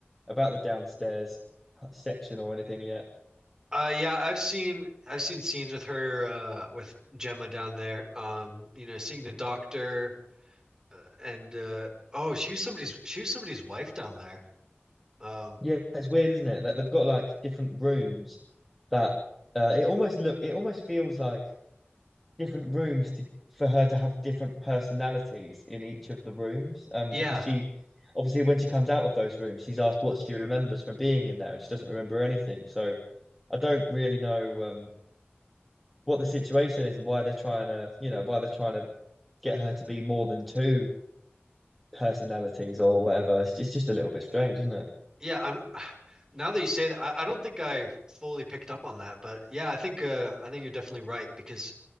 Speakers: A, in the centre; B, on the right.
A: about the downstairs section or anything yet?
B: Uh yeah, I've seen I've seen scenes with her uh with Gemma down there. Um, you know, seeing the doctor uh, and uh oh, she was somebody's she was somebody's wife down there. Um
A: Yeah, it's weird, isn't it? Like they've got like different rooms that uh, it almost look it almost feels like different rooms to for her to have different personalities in each of the rooms. Um,
B: yeah,
A: because she obviously when she comes out of those rooms, she's asked what she remembers from being in there, and she doesn't remember anything. So I don't really know um what the situation is and why they're trying to, you know, why they're trying to get her to be more than two personalities or whatever. It's, just, it's just a little bit strange, isn't it?
B: Yeah, I'm <sighs> now that you say that, I, I don't think I fully picked up on that, but yeah, I think uh I think you're definitely right because